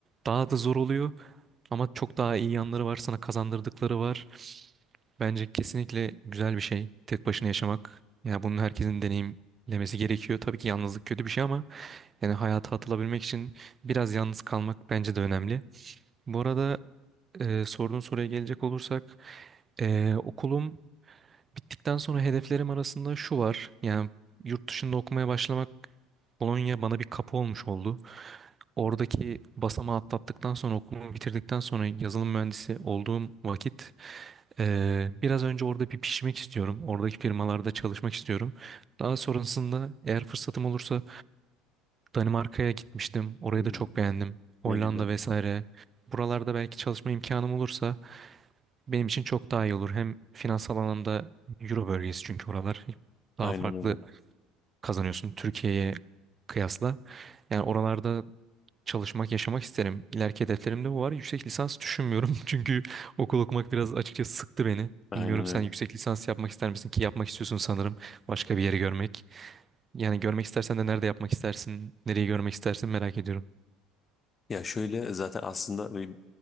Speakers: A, on the right; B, on the left.
A: daha da zor oluyor. Ama çok daha iyi yanları var. Sana kazandırdıkları var. Bence kesinlikle güzel bir şey tek başına yaşamak. Yani bunun herkesin deneyimlemesi gerekiyor. Tabii ki yalnızlık kötü bir şey ama yani hayata atılabilmek için biraz yalnız kalmak bence de önemli. Bu arada e, sorduğun soruya gelecek olursak e, okulum Bittikten sonra hedeflerim arasında şu var. Yani yurt dışında okumaya başlamak Polonya bana bir kapı olmuş oldu. Oradaki basamağı atlattıktan sonra okulumu bitirdikten sonra yazılım mühendisi olduğum vakit eee, biraz önce orada bir pişmek istiyorum. Oradaki firmalarda çalışmak istiyorum. Daha sonrasında eğer fırsatım olursa Danimarka'ya gitmiştim. Orayı
B: Hmm,
A: da çok beğendim. Hollanda
B: ne güzel.
A: vesaire. Buralarda belki çalışma imkanım olursa benim için çok daha iyi olur. Hem finansal anlamda Euro bölgesi çünkü oralar daha
B: Aynen
A: farklı
B: öyle.
A: kazanıyorsun Türkiye'ye kıyasla. Yani oralarda çalışmak, yaşamak isterim. İleriki hedeflerimde bu var. Yüksek lisans düşünmüyorum <laughs> çünkü okul okumak biraz açıkçası sıktı beni.
B: Aynen
A: Bilmiyorum
B: öyle.
A: sen yüksek lisans yapmak ister misin ki yapmak istiyorsun sanırım başka bir yeri görmek. Yani görmek istersen de nerede yapmak istersin, nereyi görmek istersin merak ediyorum.
B: Ya şöyle zaten aslında bir-